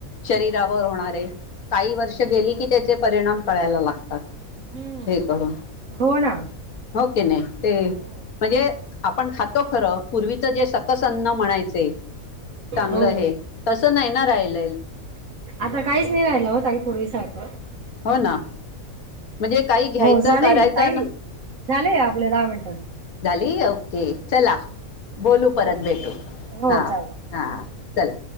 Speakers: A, on the left; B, on the right.
A: शरीरावर होणारे. काही वर्ष गेली कि त्याचे परिणाम कळायला लागत. हे
B: हम्म
A: करून
B: हो ना
A: हो कनी नाही ते म्हणजे.
B: हो
A: आपण खातो खरं पूर्वीच जे सकसअन्न म्हणायचे. चांगलं
B: हो
A: आहे त- तस नाही ना राहिल.
B: आता काहीच नाहीं राहिला हो ताई पूर्वीसारख.
A: हो ना म्हणजे काही घ्यायचं
B: हो झालेना,
A: करायचं
B: ताई
A: ना
B: झाले ना. आपले दहा मिनट.
A: खाली <unintelligible> चला बोलू परत
B: हो हो
A: भेटू
B: हो
A: हा
B: चालेल
A: हा. चला.